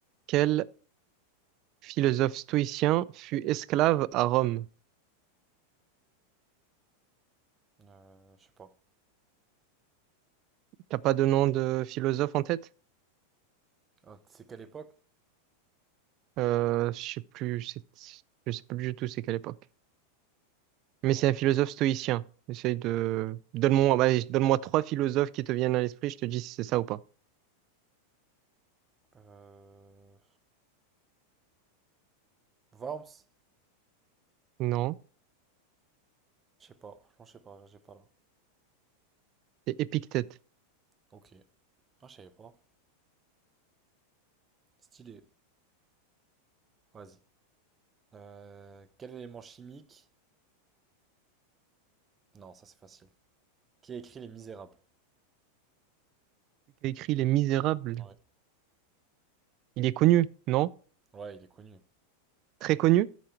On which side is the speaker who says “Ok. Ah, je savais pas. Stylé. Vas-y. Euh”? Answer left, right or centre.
Right